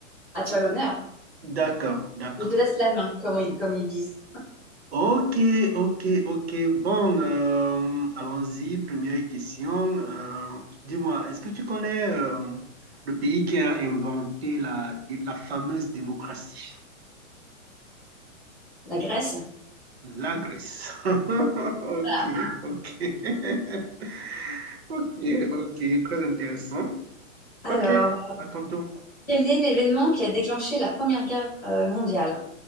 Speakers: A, in the centre; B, on the right.
A: à toi l'honneur.
B: D'accord, d'accord.
A: Je te laisse la main, comme, ils- comme ils disent.
B: Ok, ok, ok. Bon, euh, allons-y. Première question. Euh, dis-moi, est-ce que tu connais euh, le pays qui a inventé la, la fameuse démocratie?
A: La Grèce.
B: La Grèce. <laughs> Ok,
A: Voilà.
B: ok. <laughs> Ok, ok. Très intéressant.
A: Alors,
B: Ok, à ton tour.
A: quel est l'événement qui a déclenché la Première Guerre euh, mondiale?